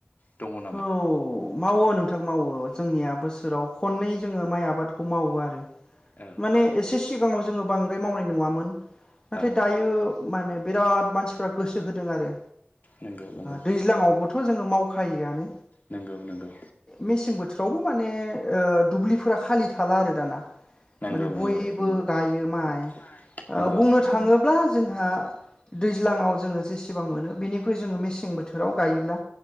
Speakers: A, on the left (about 45°); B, on the left (about 20°).
A: दङ नामा?
B: औ मावो नोंथां मावो जोंनिया बोसोराव खननै जोंङो माइ आबादखौ खौ मावो आरो
A: आरो।
B: माने एसे सिगाङाव जोंङो बांद्राय मावनाय नुवामोन नाथाय
A: औ
B: दायो माने बिराद मानसिफ्रा गोसो होदों आरो
A: नंगौ नंगौ
B: दैज्लां <unintelligible> जों मावखायोनो
A: नंगौ नंगौ
B: मेसें बोथोराव माने माने दुब्लिफोरा खालि थाला आरो दाना
A: नंगौ
B: माने बयबो
A: नंगौ।
B: गायो माइ
A: हायो
B: बुंनो
A: आरो
B: थांङोब्ला जोंहा दैज्लाङाव जोंङो जेसे सेबां मोनो बिनिख्रुइ जोंङो मेसें बोथोराव गायोब्ला